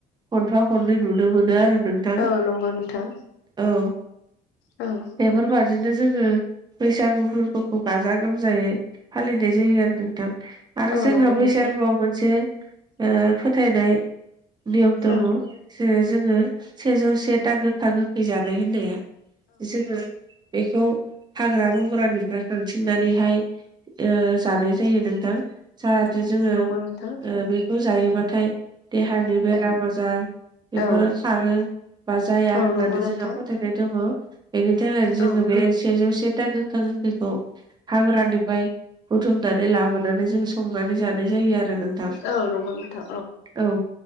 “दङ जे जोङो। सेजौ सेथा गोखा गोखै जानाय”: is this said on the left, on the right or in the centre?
Right